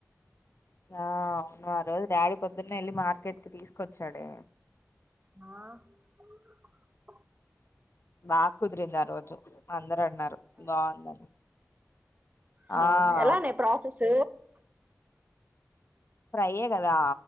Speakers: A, on the left; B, on the right.
A: అ అవును ఆ రోజు డాడీ పొద్దున్న వెళ్ళి మార్కెట్కి తీసుకొచ్చాడే
B: ఆ
A: బాకుడ్రింది రోజు అందరు అన్నారు బాగుందని
B: అ
A: ఆ
B: ఎలానే
A: అవును
B: ప్రసస్
A: ఫ్రై కదా